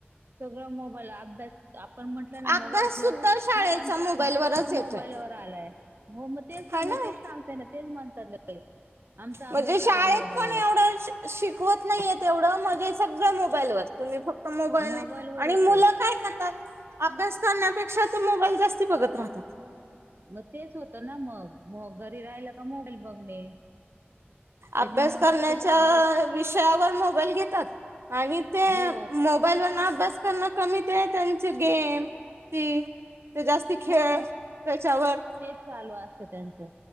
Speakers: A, on the right; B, on the right.
A: सगळं मोबाईल अभ्यास आपण म्हटलं ना मोबाईल
B: अभ्यास
A: ठेव.
B: सुद्धा शाळेचा
A: नाही आमचा
B: मोबाईलवरच
A: अभ्यास पण
B: येतोय.
A: मोबाईलवर आलाय. हो मग तेच
B: हाय
A: सां
B: ना.
A: मग तेच सांगताय ना तेच म्हणतात. आमचा अभ्यास
B: म्हणजे शाळेत
A: आलाय मोबाईलवर
B: पण एवढं शि- शिकवत नाहीय एवढं म्हणजे सगळं मोबाईल वर तुम्ही फक्त मोबाईलने
A: मोबाईलवरच
B: मुलं
A: आहे
B: करतात. अभ्यास करण्यापेक्षा, तो मोबाईल जास्त बाघत राहतात.
A: मग तेच होतं ना मग मग घरी राहिलं का? मोबाईल बघणे, त्याच्यामुळे
B: अभ्यास करण्याच्या
A: बाकीचा अभ्यास
B: विषयावर मोबाईल घेतात, आणि ते
A: हो
B: मोबाईलवरन अभ्यास करणं कमी ते आहे त्यांचे गेम ती ते जास्ती खेळ
A: हो
B: त्याच्यावर
A: तेच चालू असतं त्यांचं